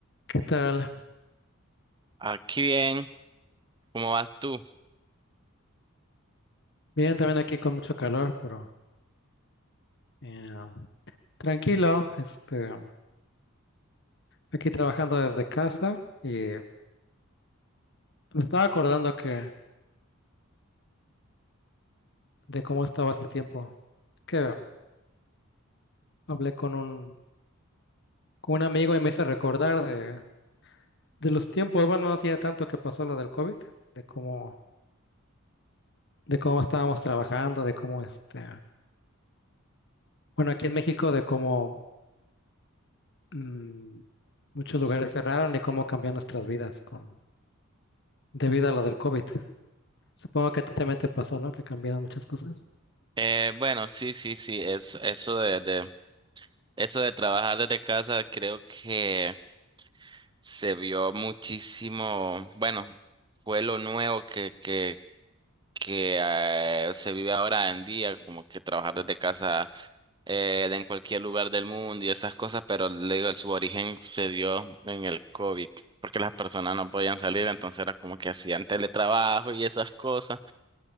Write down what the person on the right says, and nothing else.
Aquí bien, ¿cómo vas tú?
Eh, bueno, sí, sí, sí, eso, eso de, de, eso de trabajar desde casa creo que se vio muchísimo, bueno, fue lo nuevo que, que, que eh, se vive ahora en día, como que trabajar desde casa eh, de en cualquier lugar del mundo y esas cosas, pero le digo, su origen se dio en el COVID, porque las personas no podían salir, entonces era como que hacían teletrabajo y esas cosas.